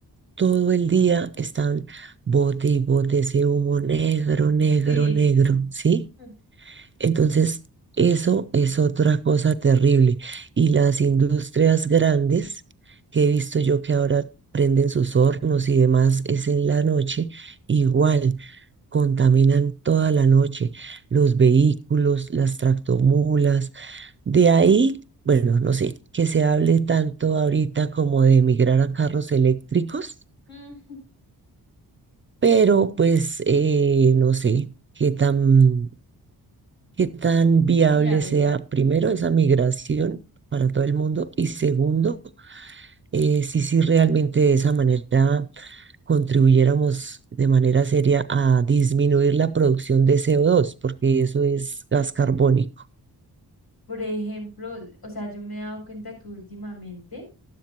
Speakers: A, on the right; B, on the left.
A: todo el día están bote y bote ese humo negro, negro,
B: Sí,
A: negro, ¿sí?
B: Mm,
A: Entonces, eso es otra cosa terrible. Y las industrias grandes que he visto yo que ahora prenden sus hornos y demás es en la noche, igual contaminan toda la noche los vehículos, las tractomulas, de ahí, bueno, no sé, que se hable tanto ahorita como de migrar a carros eléctricos,
B: mm,
A: pero pues eh, no sé qué tan, qué tan viable
B: viable.
A: sea primero esa migración para todo el mundo y segundo, eh, si sí realmente de esa manera contribuyéramos de manera seria a disminuir la producción de CO2, porque eso es gas carbónico.
B: Por ejemplo, o sea, yo me he dado cuenta que últimamente